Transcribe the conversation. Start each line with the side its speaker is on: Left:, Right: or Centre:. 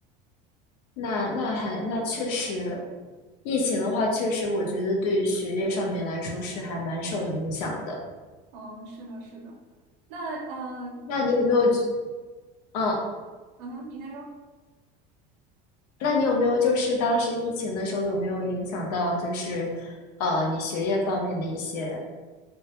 Left: 那那还那确实，疫情的话，确实我觉得对于学业上面来说是还蛮受影响的。
Right: 嗯，是的，是的。那嗯
Left: 那你有没有，嗯，
Right: 嗯哼，你先说。
Left: 那你有没有就是当时疫情的时候有没有影响到就是，呃，你学业方面的一些